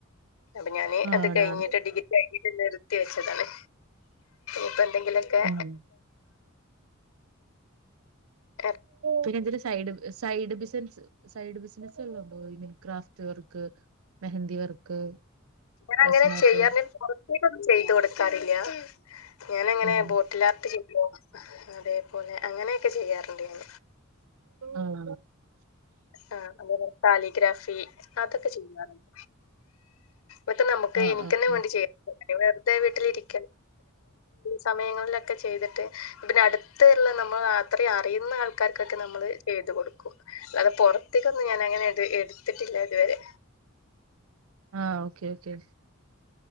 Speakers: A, on the left; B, on the right.
A: അപ്പൊ ഞാന്
B: ആണാണ്
A: അത് കഴിഞ്ഞിട്ട് ഡിഗ്രി കഴിഞ്ഞിട്ട് നിർത്തി വെച്ചതാണ് ഇപ്പൊ എന്തെങ്കിലൊക്കെ
B: ഉം
A: <unintelligible>
B: പിന്നെ ഇതി side side business side business എല്ലാം ഉണ്ടോ ഇനെ ക്രാഫ്റ്റ് വർക്ക് മെഹന്തി വർക്ക്
A: ഞാൻ അങ്ങനെ
B: റസിനാട്ട്
A: ചെയ്യാറ പൊറത്തേക്കോന്നും ചെയ്ത് കൊടുക്കാറില്ല. ഞാന എങ്ങനെ
B: ഉം
A: ബോട്ടിലാട്ട ചെയ്യോ അതേപോലെ അങ്ങനെയൊക്കെ ചെയ്യാറുണ്ട് ഞൻ
B: ആഹ്
A: ആ്ഹ് അതേപോലെ കാലിഗ്രാഫി അതൊക്കെ ചെയ്യാറുണ്ട്. ഇറ്റം നമുക്ക്
B: ആഹ് ആഹ്
A: എനിക്ക തന്നെ
B: ആഹ്
A: വേണ്ടി ചെയ വെറുതെ വീട്ടിലിരിക്കാൻ സമയങ്ങളിലൊക്കെ ചെയ്തിട്ട് പിന്നെ അടുത്ത എല്ലാം നമ്മൾ അത്രയും അറിയുന്ന ആൾക്കാർക്കൊക്കെ നമ്മള് ചെയ്തു കൊടുക്കും അത് പൊറത്തേക്കൊന്നും ഞാന അങ്ങനെ ത് എടുത്തിട്ടില്ല ഇതുവരെ
B: ആഹ് ഓക്കെ ഓക്കെ